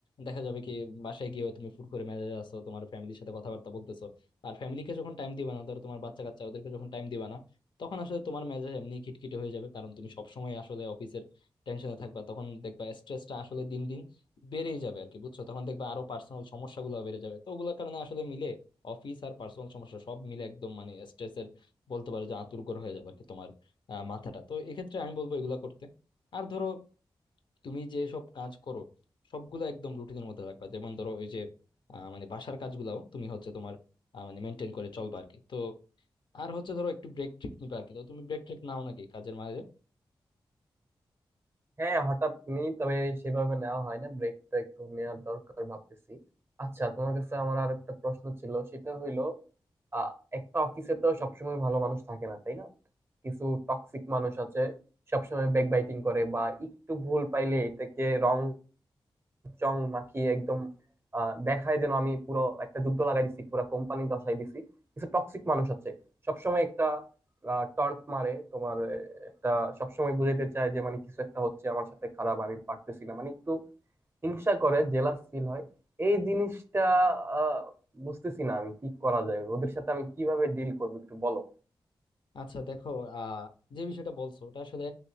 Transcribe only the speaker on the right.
হ্যাঁ হঠাৎ নি তবে সেভাবে নেওয়া হয় না ব্রেকটা একটু নেওয়ার দরকার ভাবতেছি আচ্ছা তোমার কাছে আমার আর একটা প্রশ্ন ছিল সেটা হইলো আহ একটা অফিসে তো সবসময় ভালো মানুষ থাকে না তাই না কিছু টক্সিক মানুষ আছে সবসময় ব্যাকবাইটিং করে বা একটু ভুল পাইলে এটাকে রং চং মাখিয়ে একদম আহ, দেখায় যেন আমি পুরো একটা যুদ্ধ লাগাই দিছি পুরো কোম্পানি দশাই দিছি কিছু টক্সিক মানুষ আছে সবসময় একটা টন্ট মারে তোমার আহ, একটা সবসময় বুঝাইতে চায় যে মানে কিছু একটা হচ্ছে আমার সাথে খারাপ আমি পারতেছি না মানে একটু হিংসা করে জেলাস ফিল হয় এই জিনিসটা আহ, বুঝতেছি না আমি কি করা যায় ওদের সাথে আমি কিভাবে ডিল করবো একটু বলো